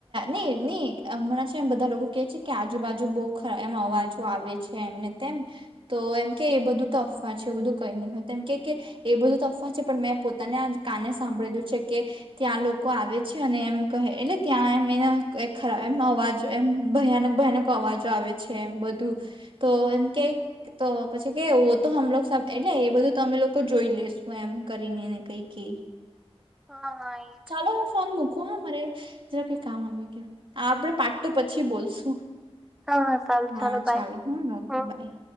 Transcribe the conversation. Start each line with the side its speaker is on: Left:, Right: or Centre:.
Right: ની ની હમણાં છે એમ બધા લોકો કે છે કે આજુબાજુ બહુરા એમ અવાજો આવે છે એમને તેમ તો એમ કે એ બધું તો અફવા છે બધું કઈ નહી હોય તેમ કે કે એ બધું તફવાત છે પણ મેં પોતાને આ કાને સાંભળીધું છે કે ત્યાં લોકો આવે છે અને એમ કહે એટલે ત્યાં એમ એના ખરાબ એમ અવાજ એમ ભયાનક ભયાનક અવાજો આવે છે, એ બધું તો એમ કે તો પછી કે વો તો હમલોગ એટલે એ બધું તમે લોકો જોઈ લેશુ એમ કરીને એને કઈ કે
Centre: હા હા એ
Right: ચાલો હું ફોન મૂકું મારે જરા કઈ કામ આવી ગય આપડે પાકુ પછી બોલશું
Centre: હા હા સારું
Right: હા
Centre: બાય
Right: ચાલો હું મુકું
Centre: હા
Right: બાય.